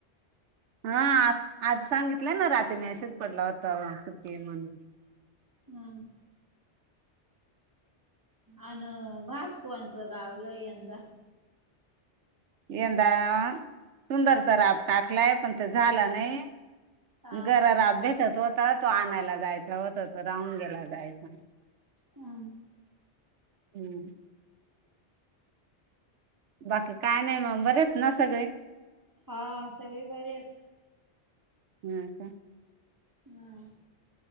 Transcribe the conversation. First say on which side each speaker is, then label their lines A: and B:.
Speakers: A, on the right (about 80°); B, on the right (about 15°).
A: हा आ आज सांगितलंय ना रात्री मॅसेज पडला होता सुट्टी हाय म्हणून.
B: हम् अन भात कोणचं लावलं यंदा.
A: यंदा सुंदर तर राब टाकलाय पण ते झालं नाही
B: हा
A: घरारा भेटत होता तो आणायला जायचा होता तो राहून गेयला जायचा.
B: हम.
A: हम्म. बाकी काय नाय मंग बरेयत ना सगळे.
B: हा सगळे बरेयत.
A: <unintelligible>
B: बर.